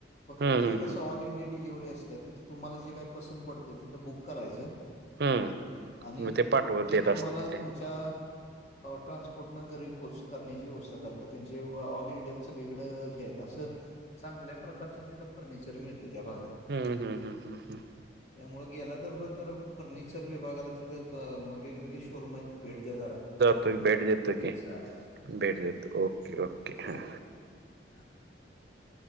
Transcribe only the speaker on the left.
फक्त
ते एक असं
ऑल इंडिया डिलिव्हरी असते तिथं तुम्हाला जे काय पसंत पडतंय तिथं बुक करायचं.
आणि
ते
तुम्हाला
तुमच्या ट्रान्सपोर्ट कुठंन घरी पोहच करण्याची व्यवस्था करतात त्यांचे ऑल इंडिया सगळीकडें हेे हायत असं चांगल्या प्रकारचं तिथं फर्निचर मिळतं त्या भागात.
त्यामुळे गेला तर फर्निचर व्य बघायला तिथं वेगवेगळे शोरूम आहेत भेट द्या जरा.
चालेल चालेल
चालेल
<inaudible>